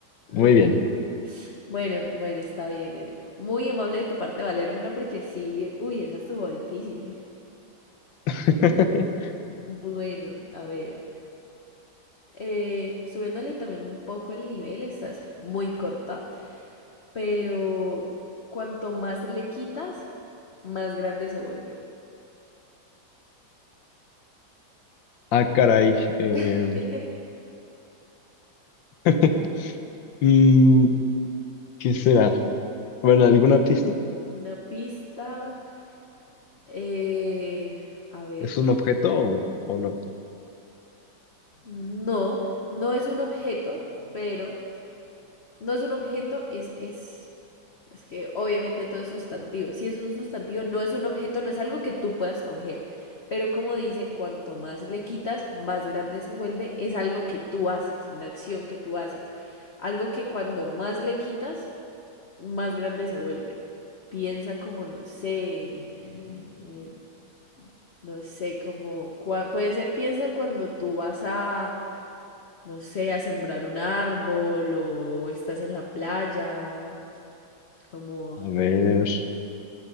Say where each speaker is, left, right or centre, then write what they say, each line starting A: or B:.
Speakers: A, on the left (about 45°); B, on the left (about 75°).
A: mm,
B: Muy bien.
A: bueno, bueno, está bien, Ere. Muy amable de tu parte valérmelo porque sí, uy, esa estuvo difícil.
B: <laughs>
A: Bueno, a ver, eh, subiéndole también un poco el nivel, estás muy corta. pero cuanto más le quitas, más grande se vuelve.
B: Ah, caray. eh,
A: <laughs>
B: <laughs> mm, ¿qué será? Bueno, ¿alguna pista?
A: Una pista, eh, a ver,
B: ¿Es un objeto o, o no?
A: no, no es un objeto, pero no es un objeto, es, es, es que obviamente todo es sustantivo. Si es un sustantivo, no es un objeto, no es algo que tú puedas coger. Pero como dice, cuanto más le quitas, más grande se vuelve. Es algo que tú haces, una acción que tú haces. Algo que cuando más le quitas, más grande se vuelve. Piensa como, no sé, en, en- no sé, como, cua- puede ser piensa cuando tú vas a, no sé, a sembrar un árbol o estás en la playa, como...
B: A ver,